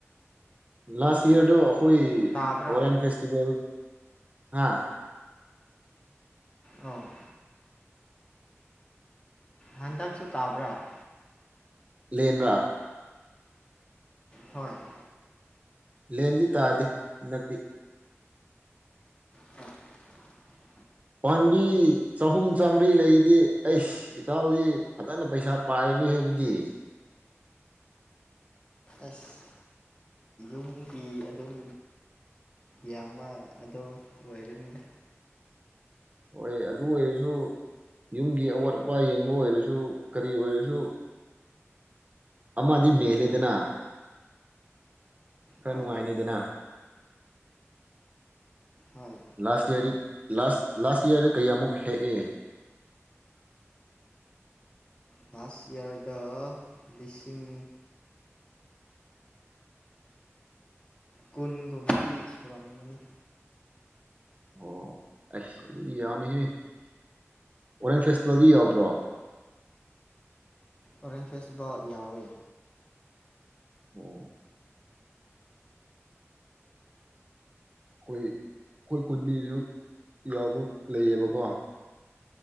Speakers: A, on the right; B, on the left.
A: ꯂꯥꯁ
B: ꯑꯣ
A: ꯏꯌꯥꯔꯗꯣ ꯑꯩꯈꯣꯏ
B: ꯇꯥꯕ꯭ꯔꯥ
A: ꯑꯣꯔꯦꯟꯖ ꯐꯦꯁꯇꯤꯚꯦꯜ <inaudible> ꯍꯥ
B: ꯑꯣ <inaudible> ꯍꯟꯗꯛꯁꯨ ꯇꯥꯕ꯭ꯔꯥ <inaudible>
A: ꯂꯦꯟꯔꯥ
B: ꯍꯣꯏ <inaudible>
A: ꯂꯦꯟꯗꯤ ꯇꯥꯗꯦ ꯍꯟꯗꯛꯇꯤ
B: <unintelligible>
A: ꯄꯥꯝꯕꯤ ꯆꯍꯨꯝ ꯆꯥꯝꯃꯔꯤ ꯂꯩꯗꯤ ꯑꯩꯁ ꯏꯇꯥꯎꯗꯤ ꯐꯖꯅ ꯄꯩꯁꯥ ꯄꯥꯏꯅꯤꯍꯦ ꯑꯗꯨꯗꯤ
B: ꯑꯁ ꯀꯨꯝꯀꯤ ꯑꯗꯨꯝ ꯌꯥꯡꯕ ꯑꯗꯣ ꯑꯣꯏꯔꯅꯤꯗ
A: ꯍꯣꯏ ꯑꯗꯨ ꯑꯣꯏꯔꯁꯨ ꯌꯨꯝꯒꯤ ꯑꯋꯥꯠ ꯑꯄꯥ ꯌꯦꯡꯕ ꯑꯣꯏꯔꯁꯨ ꯀꯔꯤ ꯑꯣꯏꯔꯁꯨ ꯑꯃꯗꯤ ꯃꯦꯜꯂꯦꯗꯅ ꯈꯔ
B: ꯑꯥ
A: ꯅꯨꯡꯉꯥꯏꯅꯤ ꯗꯅ
B: ꯍꯣꯏ
A: ꯂꯥꯁ ꯏꯌꯥꯔꯗꯤ ꯂꯥꯁ ꯂꯥꯁ ꯏꯌꯥꯔꯗꯤ ꯀꯌꯥꯃꯨꯛ ꯍꯦꯛꯑꯦ
B: ꯐꯥꯁ ꯏꯌꯥꯔꯗ ꯂꯤꯁꯤꯡ ꯀꯨꯟꯒꯨꯝꯕꯗꯤ ꯁꯨꯔꯝꯃꯅꯤ
A: ꯑꯣ ꯑꯩꯁ ꯑꯗꯨꯗꯤ ꯌꯥꯝꯃꯦꯍꯦ ꯑꯣꯔꯦꯟꯖ ꯐꯦꯁꯇꯤꯚꯦꯜꯗꯤ ꯌꯥꯎꯗ꯭ꯔꯣ
B: ꯑꯣꯔꯦꯟꯖ ꯐꯦꯁꯇꯤꯚꯦꯜ ꯌꯥꯎꯋꯦ
A: ꯑꯣ ꯑꯩꯈꯣꯏ ꯑꯩꯈꯣꯏ ꯈꯨꯟꯗꯒꯤꯁꯨ ꯌꯥꯎꯕ ꯂꯩꯌꯦꯕꯀꯣ